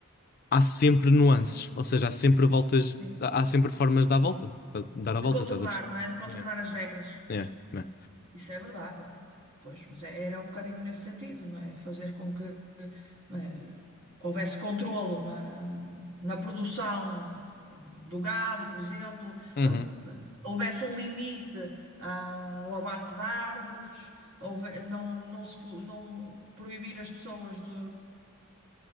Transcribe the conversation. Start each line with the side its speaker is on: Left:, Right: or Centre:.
Left: há sempre nuances, ou seja, há sempre voltas,
Right: Sim.
Left: há há sempre formas de dar a volta, tá- dar a
Right: De
Left: volta,
Right: contornar,
Left: estás a perceber?
Right: não é? De contornar
Left: Yeah.
Right: as regras.
Left: É, é.
Right: Isso é verdade. Pois, mas é- era um bocadinho nesse sentido, não é? Fazer com que, não é, houvesse controlo na, na produção eh, do gado, por exemplo,
Left: Uhum,
Right: eh, eh, houvesse um limite ah, ao abate de árvores, houve- não, não se po- não proibir as pessoas de,